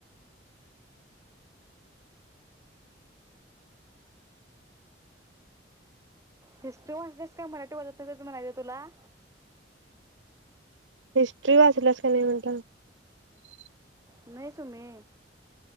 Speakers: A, on the right; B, on the right.
A: हिस्ट्री वाचलीस का मराठी वाचत नाही, त्याचं म्हणायचं तुला
B: हिस्ट्री वाचलास <unintelligible>
A: नही सुमे